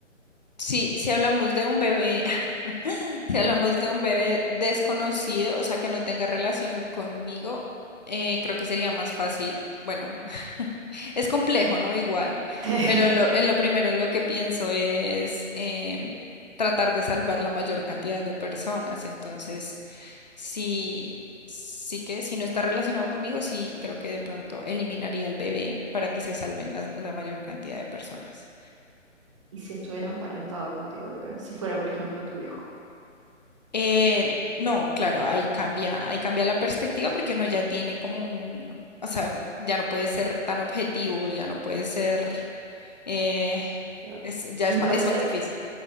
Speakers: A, on the left; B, on the right.
A: sí si hablamos de un bebé <laughs> <laughs> Si hablamos de un bebé desconocido, o sea, que no tenga relación conmigo, eh, creo que sería más fácil. Bueno, <laughs> es complejo, ¿no? Igual,
B: <laughs>
A: pero lo, en lo primero en lo que pienso es em, tratar de salvar la mayor cantidad de personas. Entonces, sí, sí que si no está relacionado conmigo, sí creo que de pronto eliminaría al bebé para que se salven las- la mayor cantidad de personas.
B: ¿Y si estuviera emparentado contigo el bebé? Si fuera, por ejemplo, tu hijo.
A: Eh, no, claro, ahí cambia, ahí cambia la perspectiva porque uno ya tiene como un, o sea, ya no puede ser tan objetivo, ya no puede ser, eh,
B: Claro.
A: es, ya es
B: Imparcial,
A: más, es más difícil.